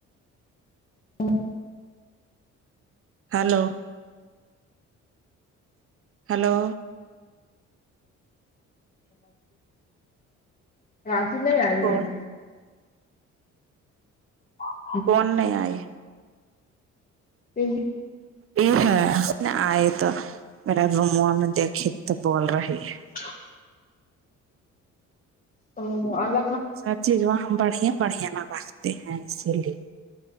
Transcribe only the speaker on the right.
ہلو ہیلو
کون
کون نہیں آئی
یہ ہے آئے تو میرا روما میں دیکھی تو بول رہی ہے
سب چیز وہاں ہم بڑے بڑھیا میں رکھتے ہیں اسی لیے